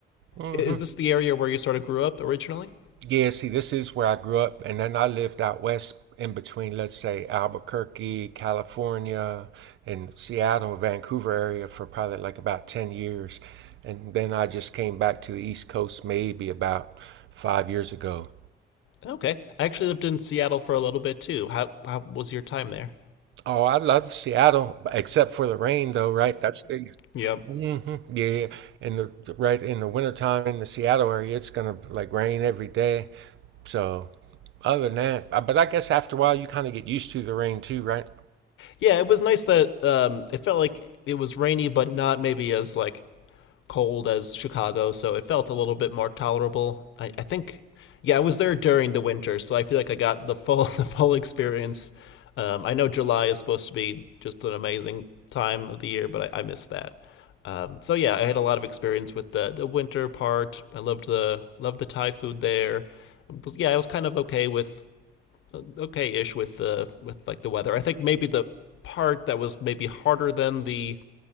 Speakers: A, on the right; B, on the left.
A: hmm
B: Is this the area where you sort of grew up originally?
A: Yeah, see, this is where I grew up, and then I lived out west in between, let's say, Albuquerque, California, and Seattle, Vancouver area for probably like about 10 years. And then I just came back to the East Coast maybe about five years ago.
B: Okay. I actually lived in Seattle for a little bit too. How how was your time there?
A: Oh, I love Seattle, except for the rain, though, right? That's the
B: Yep.
A: hmm Yeah, and the, the- right in the wintertime in the Seattle area, it's gonna like rain every day. So, other than that, I- but I guess after a while you kind of get used to the rain too, right?
B: Yeah, it was nice that um, it felt like it was rainy, but not maybe as like cold as Chicago, so it felt a little bit more tolerable. I, I think, yeah, I was there during the winter, so I feel like I got the <laughs> full the full experience. Um, I know July is supposed to be just an amazing time of the year, but I, I missed that. Um, so yeah, I had a lot of experience with the the winter part. I loved the loved the Thai food there. Yeah, I was kind of okay with okay-ish with the with like the weather. I think maybe the part that was maybe harder than the